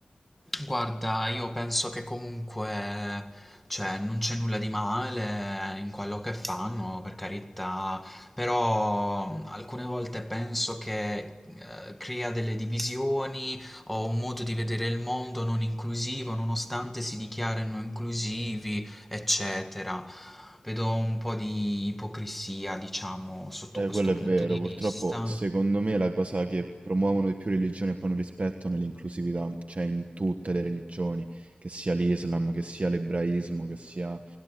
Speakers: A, in the centre; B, on the right (about 55°).
A: guarda, io penso che comunque, cioè, non c'è nulla di male in quello che fanno, per carità, però mh, alcune volte penso che eh, crea delle divisioni o un modo di vedere il mondo non inclusivo, nonostante si dichiarino inclusivi, eccetera. Vedo un po' di ipocrisia, diciamo, sotto
B: Eh,
A: questo
B: quello è
A: punto
B: vero,
A: di
B: purtroppo
A: Mm. vista.
B: secondo me la cosa che promuovono di più religioni e poi non rispettano è l'inclusività, cioè in tutte le religioni, che sia l'Islam, che sia l'ebraismo, che sia,